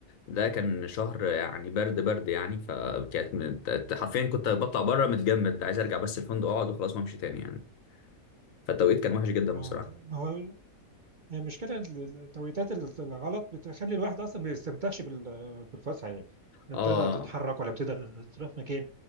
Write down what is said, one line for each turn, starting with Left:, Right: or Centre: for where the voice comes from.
Left: ده كان شهر يعني برد برد يعني فكانت من- ت- حرفيا كنت بطلع بره متجمد عايز أرجع بس الفندق أقعد وخلاص ما أمشي تاني يعني فالتوقيت كان وحش جدا
Right: اه
Left: بصراحة
Right: ما هو هي المشكله ال- التوقيتات الغلط بتخلي الواحد اصلا ما يستمتعش بال- بالفسحه يعني لا
Left: اه
Right: بتقدر تتحرك ولا بتقدر تروح مكان